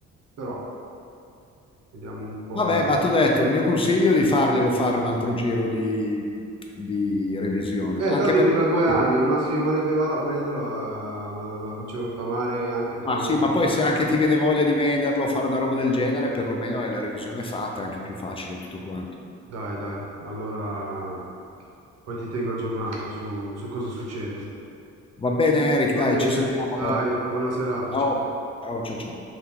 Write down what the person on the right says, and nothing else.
però vediamo un po'.
Eh,
tanto
dura due
anni, al massimo male che va la prendo, la, la la faccio rottamare anche tra
un
anno.
Dai, dai, allora poi ti tengo aggiornato su, su cosa succede.
Va bene,
dai,
buona serata,
ciao.